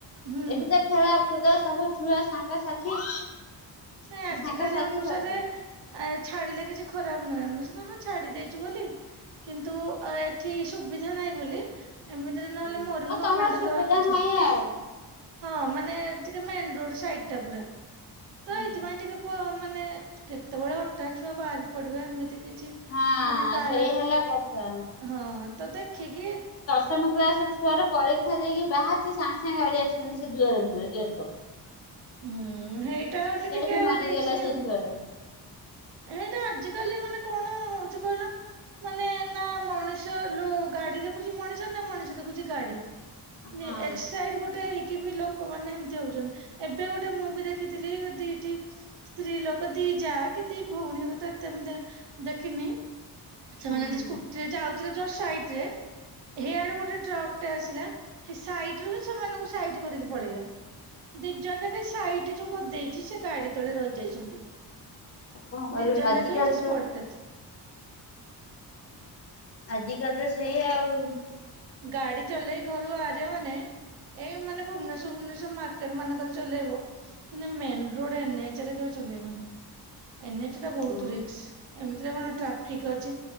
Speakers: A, on the right; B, on the left.
A: ହୁଁ
B: ଏଠି ତ ଖେଳ କୁଦ ସବୁ ଛୁଆ ସାଙ୍ଗସାଥି।
A: ନାଇଁ ଆଜି
B: ସାଙ୍ଗସାଥି
A: କାଲି ଅନୁସାରେ
B: ସବୁ ପାଇବେ।
A: ଆ ଛାଡିଲେ କିଛି ଖରାପ ନୁହେଁ ଆମେ ସିନା ହଁ ଛାଡି ଦେଇେଇଛୁ ବୋଲି। କିନ୍ତୁ ଏଠି ସୁବିଧା ନାହିଁ ବୋଲି। ଏମିତିରେ ନହେଲେ
B: ହୁଁ।
A: ମୋର
B: ଆଉ
A: ବି
B: ତମର
A: ଗଣମେଣ୍ଟରେ
B: ସୁବିଧା
A: ଦେବାକୁ ଇଛା।
B: ନାହିଁ ଆଉ।
A: ହଁ ମାନେ ଟିକେ ମେନ ରୋଡ ସାଇଟ ଟା ପୁରା। ତ
B: ହୁଁ।
A: ଏଇଥିପାଇଁ ଟିକେ ମାନେ କେତେବେଳେ ହଠାତ୍ ଛୁଆ ବାହାରି ପଡିବ ଏମିତି କିଛି।
B: ହଁ
A: ମାନେ କାଳେ
B: ସେଇ ହେଲା କଥା।
A: ହଁ ତ ଦେଖିକି
B: ପ୍ରଥମ କ୍ଲାସ ଛୁଆ ର ପରୀକ୍ଷା ଦେଇକି ବାହାରି ସାଙ୍ଗେ ସାଙ୍ଗେ ଗାଡି ଆସି ସେ ଦୁଆର ମୁହଁରେ ଗେଟ ପାଖରେ
A: ହୁଁ ହେଇଟା ହଉଛି
B: ସେଇଠି
A: ଟିକେ
B: ମରିଗଲା
A: ରିସ୍କ୍
B: ସେଇ
A: ଆଉ।
B: ଛୁଆଟା
A: ହେଇଟା ଆଜିକାଲି ମାନେ କଣ ହଉଛି କହିଲ? ମାନେ ନା ମଣିଷ ଲ ଗାଡି ଦେଖୁଛି ମଣିଷ ନା ମଣିଷ ଦେଖୁଛି ଗାଡି। ଜେ
B: ହଁ
A: ଏକ୍ସ ସାଇଡ୍ ଗୋଟେ ହେଇ କି ବି ଲୋକମାନେ ଏମତି ହଉଛନ୍ତି ଏବେ ଗୋଟେ ମୁଁଭି ଦେଖିଥିଲି ଯଦି ଟି ସ୍ତ୍ରୀ ଲୋକ ଦିଇ ଯା କେ ଦି ଭଉଣୀ ଏବେ ତ ଏତେ ମୁନ୍ଦେ ଦେଖିନି ସେମାନେ
B: ହୁଁ।
A: ଏମିତି ସ୍କୁଟିରେ ଯାଉ ଥରେ ଯଷ୍ଟ୍ ଆଇଯେ ହିଆଡେ ଗୋଟେ ଟ୍ରକ ଟା ଆସିଲା ସେ ସାଇଟ୍ ରୁ ବି ସେମାନଙ୍କୁ ସାଇଟ୍ କରିକି ପଳେଇଲା। ଦିଇ ଜଣ ଯାକ ସାଇଟ୍ ଯୋଉ କରିଦେଇଛି ସେ ଗାଡି ତଳେ ରହିଯାଇଛନ୍ତି।
B: ଆଉ କଣ କରିବି
A: ଦିଇ ଜଣ
B: ଆଜିକାଲି
A: ଜାକ ହେଇଠି
B: ତ
A: ସ୍ପଟ୍ ଡେଥ।
B: ଆଜିକାଲି ତ ସେଇଆ ଆଉ।
A: ଗାଡି ଚଲେଇ ଘରୁ ବାହାରିବ ମାନେ ଏଇ ମାନେ ଭୁବନେଶ୍ୱର୍ ଫୁବନେଶ୍ଵର ମାର୍କେଟ ମାନଙ୍କରେ ଚଲେଇବ। କିନ୍ତୁ ମେନ୍ ରୋଡ୍ ଏନେ ଏଚରେ କେବେ ଚଲେଇବନି ଏନ ଏଚରେ ବହୁତ୍
B: ହୁଁ।
A: ରିକ୍ସ। ଏମିତିରେ କଣ ଟ୍ରାଫିକ୍ ଅଛି